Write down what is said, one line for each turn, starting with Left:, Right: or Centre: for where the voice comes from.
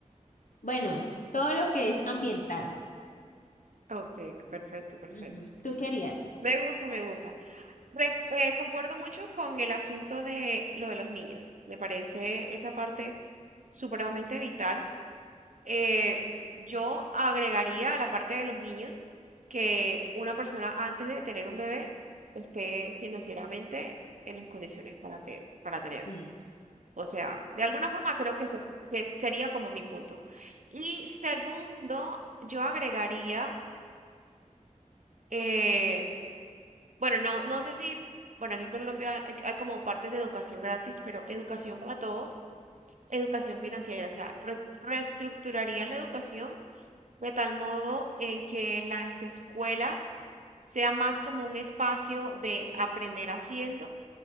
Left: Bueno, todo lo que es ambiental.
Right: ok, perfecto, perfecto.
Left: Ujú. ¿Tú qué harías?
Right: Me gusta, me gusta. Re- eh, concuerdo mucho con el asunto de lo de los niños. Me parece esa parte supremamente vital. Eh, yo agregaría a la parte de los niños que una persona antes de tener un bebé esté financieramente en las condiciones para, te- para tenerlo.
Left: Sí.
Right: O sea, de alguna forma creo que, se, que sería como mi punto. Y segundo, yo agregaría, eh, bueno, no, no sé si, bueno, aquí en Colombia hay, hay como partes de educación gratis, pero educación para todos, educación financiera, o sea, re- reestructuraría la educación de tal modo en que las escuelas sea más como un espacio de aprender haciendo